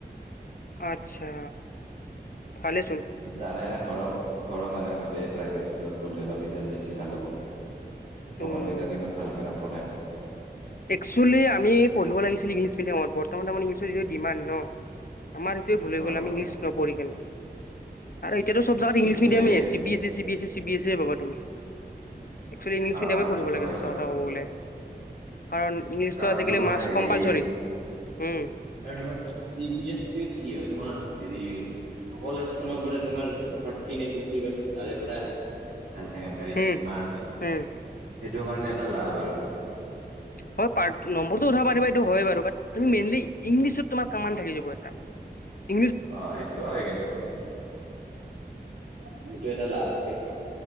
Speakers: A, on the left; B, on the right.
A: আচ্ছা ভালেচোন।
B: জানাই না ঘৰৰ ঘৰৰ মানুহে ভাবে প্ৰাইভেট স্কুলত পঢ়িলে অলপ ৰিজাল্ট বেছি ভাল হ'ব।
A: উম,
B: গভৰ্ণমেন্টত ইমান ভালকে নপঢ়ায়
A: একচুৱেলি আমি পঢ়িব লাগিছিল ইংলিছ মিডিয়ামত বৰ্তমান আমাৰ ইংলিছৰ যিটো ডিমাণ্ড ন। আমাৰ এইটোৱে ভুল হৈ গ'ল
B: অ
A: আমি ইংলিছ ন পঢ়ি কেনে আৰু এতিয়াতো চব জাগাতে
B: সেইটোৱে
A: ইংলিছ মিডিয়ামে C B S E C B S E C B এছে পাবা তুমি একচুৱেলি ইংলিছ
B: অ
A: মিডিয়ামে
B: সেইটোতো
A: পঢ়িব লাগে
B: হয়
A: সঁচা
B: বাৰু
A: কথা ক'ব বোলে। কাৰণ ইংলিছটো
B: কাৰণ
A: আজিকালি
B: তোমাৰ
A: মাষ্ট
B: হেৰি
A: কম্পালচৰি উম।
B: আৰু তোমাৰ চি এছ চি কি হয় তোমাৰ হেৰি। কলেজ খনৰ পৰা তোমাৰ ফৰটি নে ফিপতি পাৰ্চেন্ট তাৰে পৰা না। হায় ছেকেণ্ডাৰীত
A: উম,
B: মাৰ্ক্সৰ
A: উম।
B: সেইটো কাৰণে এটা লাভ আৰু।
A: হয় পাৰ্ট নম্বৰটো উঠাব পাৰিবা এইটো হয় বাৰু তুমি মেইনলি ইংলিছত তোমাৰ কামান থাকি যাব। কি?
B: অ'সেইটো হয় কিন্তু সেইটো এটা লাভ আছে।